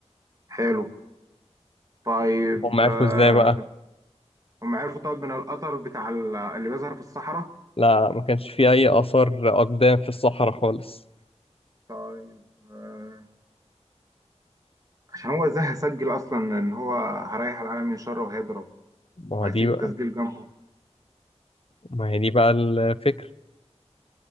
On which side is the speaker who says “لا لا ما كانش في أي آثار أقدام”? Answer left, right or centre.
Left